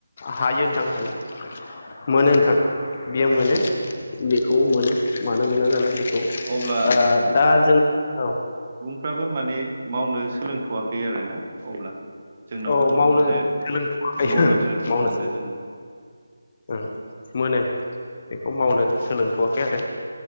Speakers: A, on the left (about 35°); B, on the right (about 40°).
A: हायो नोंथां हायो मोनो नोंथां बियो मोनो बेखौ मोनो मानो मोना जानो बेखौ
B: अब्ला
A: ओ दा जों औ
B: फ्राबो माने मावनो सोलोंथ'वाखै आरोना अब्ला जोंनावथ'
A: औ मावनो
B: मोनो
A: सोलोंखायो
B: र' मेटेरियेल्सखौ
A: मावनो
B: मोनो
A: सोलों
B: जोङो
A: <inaudible> ओम मोनो बेखौ मावनो सोलोंथ'वाखै आरो